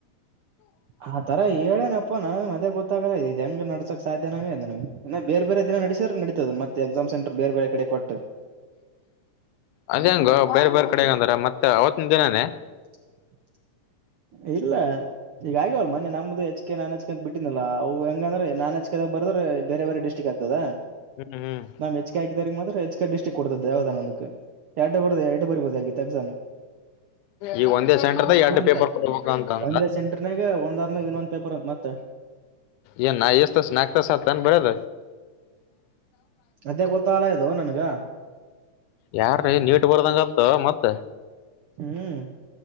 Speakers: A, on the right; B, on the left.
A: ಆ ತರ ಹೇಳೇನಪ್ಪ ನನಗೆ ಮದ ಗೊತ್ತಾಗ ಇದು ಹೆಂಗ ನಡಸಕ್ ಸಾಧ್ಯ ನಂಗೆನಗೆ ಬೇರೆ ಬೇರೆ ದಿನ ನಡಸಿದ್ರ ನ ಮತ್ತ ಎಕ್ಸಾಮ್ ಸೆಂಟರ್ ಬೇರೆ ಬೇರೆ ಕಡೆ ಕೊಟ್ಟು
B: ಅದ ಹೆಂಗ ಬೇರೆ ಬೇರೆ ಕಡೆಗ ಅಂದಾರ ಮತ್ತೆ ಅವತ್ತ ನಿ ದಿನಾನೇ
A: ಹ ಇಲ್ಲ ಈಗ ಆಗ್ಯವಲ್ ಮನೆೆ ನಮ್ದು ಹೆಚ್ಕೆ ನಾನ್ ಹೆಚ್ೆ ಅಂತ ಬಿಟ್ಟಿನಲ್ಲಾ ಅವು ಹೆಂಗಂದ್ರೆ ನಾನ್ ಹೆಚ್ೆ ಬರದ್ರೆ ಬೇರೆ ಬೇರೆ ಡಿಸ್ಟ್ರಿಕ್ ಆಗ್ತದ
B: ಹ್ಮ್ ಹ್ಮ್
A: ನಾ್ ಹೆಚ್ಚಗೆ ಹಾಕಿದ್ರ ಮಾತ್ರ ಎಚ್ ಕೆ ಡ್ಟಿಕ್ ಕೊಡ್ತದ ದೇವದಾನ ಅಕ್ಕೆ ಎರಡ್ ಬದ ಎಟು ಬರ್ಬೋದು ಆಗತ್ತು ಎಕ್ಸಾಮು
B: ಈ ಒಂದೇ ಸೆಂಟರ್ದ
A: ಇಲ್ಲ
B: ಎರಡು
A: ಅಂತ
B: ಪೇಪರ್ ಕೊಡ್ಬೇಕು ಅಂತಂದ್ರ
A: ಒಂದೇ ಸೆಂಟ್ರನಾಗ ಒಂದ ಆದ್ಮ್ಯಾಗೆ ಇನ್ನೊಂದ್ ಪೇಪರ್ ಅಂತ ಮತ್ತೆ
B: ಎಏ ನ ಎಸ್ತಸ ನಾಕ್ತಾಸತಾನ ಬರತ
A: ಅದೇ ಗೋತಹಾಲ ಇದು ನನ್ಗ
B: ಯಾರ್ರೀ ನೀಟ್ ಬರ್ದಂಗತ ಮತ್ತ
A: ಹ್ಮ್